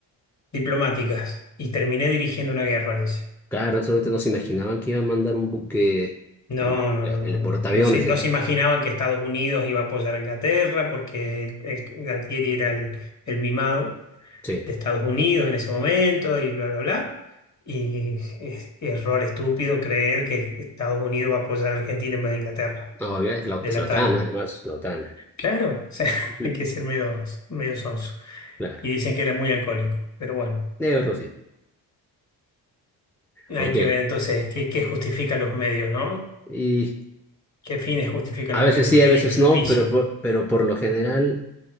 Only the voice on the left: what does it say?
diplomáticas. Y terminé dirigiendo una guerra, dice.
No,
no,
no, no, no.
No se, no
se imaginaban que Estados Unidos iba a apoyar a Inglaterra porque el- el Galtieri era el, el mimado
de Estados Unidos en ese momento y bla, bla, bla. Y es error estúpido creer que Estados Unidos va a apoyar a Argentina en vez de Inglaterra,
de
la
TAN.
Claro, o sea, <laughs>
hay que ser medio, medio sonso.
Y dicen que era muy alcohólico, pero bueno,
hay
que ver entonces qué, qué justifican los medios, ¿no?
¿Qué fines justifican
los
medios?
Qué
difícil,